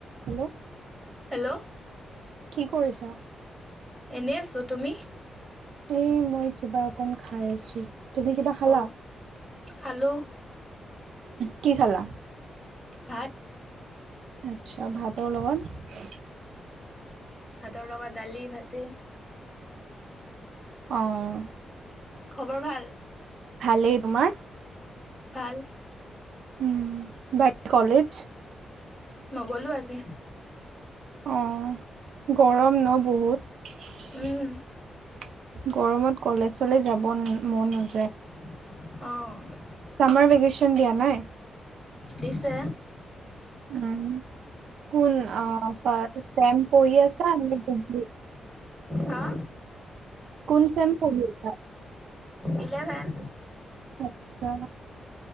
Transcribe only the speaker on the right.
হেল্ল'
কি কৰিছা?
এই মই কিবা অকন খাই আছো। তুমি কিবা খালা?
কি খালা?
আচ্ছা ভাতৰ লগত
অ'
ভালেই তোমাৰ?
উম বাকী কলেজ?
অ' গৰম ন বহুত
গৰমত কলেজ চলেজ যাব মন নাযায়।
চামাৰ ভেকেশচন দিয়া নাই।
উম কোন অ ফাৰ্ষ্ট চেম পঢ়ি আছে আৰু ডিগ্ৰী
কোন চেম পঢ়ি আছা?
আচ্ছা।